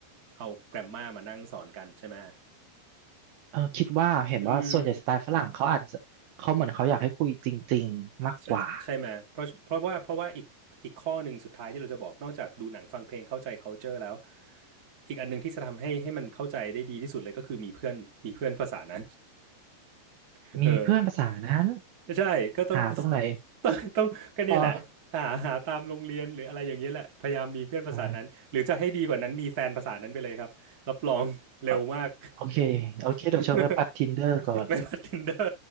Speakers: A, on the right (about 30°); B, on the right (about 75°).
A: เอาแกรมมามานั่งสอนกันใช่ไหม
B: เออคิดว่าเห็นว่าส่วนใหญ่สไตล์ฝรั่งเขาอาจจะเขาเหมือนเขาอยากให้คุยจริงๆมากกว่า
A: อืมใช่ใช่ไหมเพราะเพราะว่าเพราะว่าอีกอีกข้อหนึ่งสุดท้ายที่เราจะบอกนอกจากดูหนังฟังเพลงเข้าใจ culture แล้วอีกอันหนึ่งที่จะทำให้ให้มันเข้าใจได้ดีที่สุดเลยก็คือมีเพื่อนมีเพื่อนภาษานั้น <laughs>
B: มีเพื่อนภาษานั้น
A: เออ ใช่ก็ต้อง
B: หาตรงไหน
A: <laughs> ต้องต้องก็เนี่ยแหละหาหาตามโรงเรียนหรืออะไรอย่างเงี้ยแหละพยายามมีเพื่อนภาษานั้นหรือจะให้ดีกว่านั้นมีแฟนภาษานั้นไปเลยครับรับรองเร็วมาก
B: เออใช่เออโอเคโอเคเดี๋ยวเชิญไปปัดทินเดอร์ก่อน
A: <laughs> ไปปัด Tinder